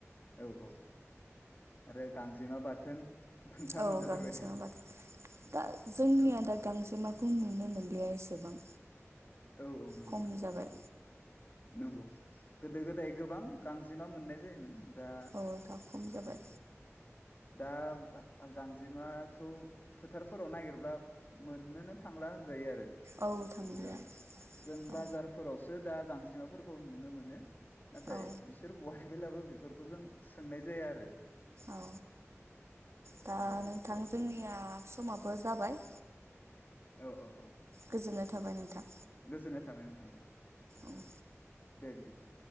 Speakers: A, on the left; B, on the right.
A: औ औ आरो। जेमा बाथोन। नोंथाङा
B: औ
A: मोनजाफेरबाय
B: गांजेमा
A: दा
B: बाथोन दा जोंनिया
A: औ
B: दा गांजेमाखौ नुनो मोना। गैया एसेबां।
A: औ औ नंगौ
B: खम
A: नंगौ।
B: जाबाय
A: नंगौ गोदो गोदाय गोबां गांजेमा मोननाय जायोमोन। दा
B: औ दा खम जाबाय।
A: औ दा गांजेमाखौ फोथारफोराव नागिरब्ला मोननोनो थांला होनजायो आरो।
B: औ थांलिया
A: जों जों
B: औ
A: बाजारफोरावसो दा गां। जेमाफोरखौ नुनो मोनो नाथाय
B: औ
A: बिसोर बहायबायब्लाबो बेफोरखौ जों सोंनाय जाया आरो।
B: औ दा
A: उम उम
B: नोंथां जोंनि। दा समाबो जाबाय।
A: औ औ औ।
B: गोजोन्नाय थाबाय नोंथां।
A: गोजोननाय थाबाय नोंथांमोना।
B: औ
A: दे बिदिब्ला।